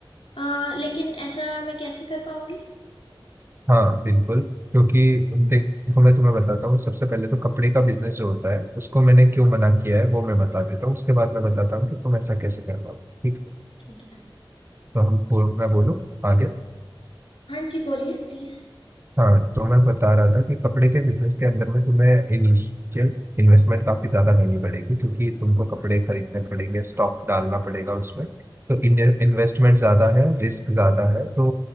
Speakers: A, on the left; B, on the right.
A: आ, लेकिन ऐसा मैं कैसे कर पाऊंगी
B: हाँ बिल्कुल क्योंकि देखो मैं तुम्हें बताता हूँ सबसे पहले तो कपड़े का बिजनेस जो होता है उसको मैंने क्यों मना किया है वो मैं बता देता हूँ उसके बाद मैं बताता हूँ कि तुम ऐसा कैसे कर रहा हो ठीक है
A: ठीक है
B: तो हम मैं बोलूँ आगे
A: हाँ जी बोलिए प्लीज
B: हाँ तो मैं बता रहा था कि कपड़े के बिजनेस के अंदर में तुम्हें इनिशियल इन्वेस्टमेंट काफी ज्यादा करनी पड़ेगी क्योंकि तुमको कपड़े खरीदने पड़ेंगे स्टॉक डालना पड़ेगा उसमें तो इन्वेस्टमेंट ज्यादा है रिस्क ज्यादा है तो